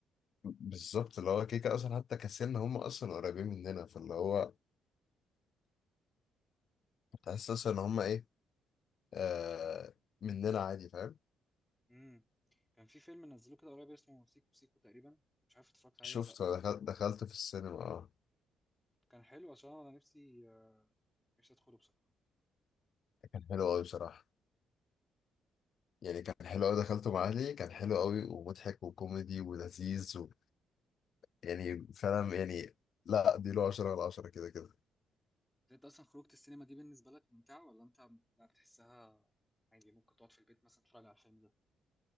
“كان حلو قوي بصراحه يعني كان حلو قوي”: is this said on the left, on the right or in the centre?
Left